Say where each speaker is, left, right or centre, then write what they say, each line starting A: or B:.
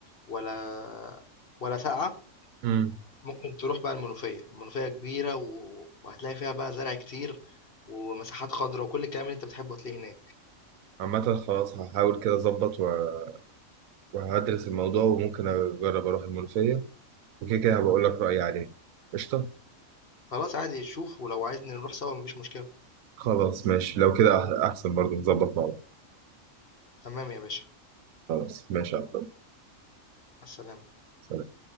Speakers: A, on the left; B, on the right.
A: ولا ولا ساقعه
B: امم
A: ممكن تروح بقى المنوفية، المنوفية كبيرة و وهتلاقي فيها بقى زرع كتير ومساحات خضرا وكل الكلام اللي أنت بتحبه هتلاقيه هناك،
B: عامة خلاص هحاول كده اظبط و- وهدرس الموضوع وممكن اجرب اروح المنوفية وكده كده هبقول لك رأيي عليه قشطة
A: خلاص عادي شوف ولو عايزني نروح سوا مفيش مشكلة،
B: خلاص ماشي لو كده أح- أحسن برضو نظبط مع بعض
A: تمام يا باشا،
B: خلاص ماشي يا عبد الله.
A: مع السلامة.
B: سلام.